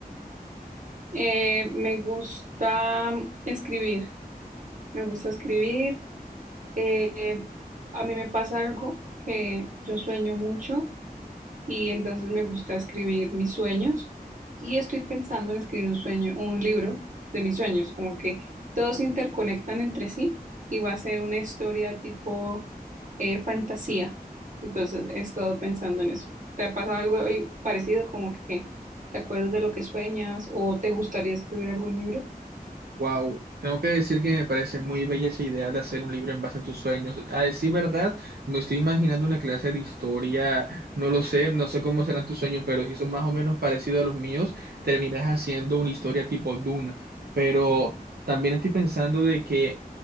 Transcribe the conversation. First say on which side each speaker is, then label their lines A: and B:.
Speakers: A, on the right (about 55°); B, on the right (about 80°).
A: Eh, me gusta escribir, me gusta escribir. Eh, a mí me pasa algo que yo sueño mucho y entonces me gusta escribir mis sueños y estoy pensando en escribir un sueño, un libro de mis sueños, como que todos se interconectan entre sí y va a ser una historia tipo eh, fantasía. Entonces he estado pensando en eso. ¿Te ha pasado algo eh, parecido, como que te acuerdas de lo que sueñas o te gustaría escribir algún libro?
B: Wow, tengo que decir que me parece muy bella esa idea de hacer un libro en base a tus sueños. A decir verdad, me estoy imaginando una clase de historia, no lo sé, no sé cómo serán tus sueños, pero si son más o menos parecidos a los míos, terminas haciendo una historia tipo Dune. Pero también estoy pensando de que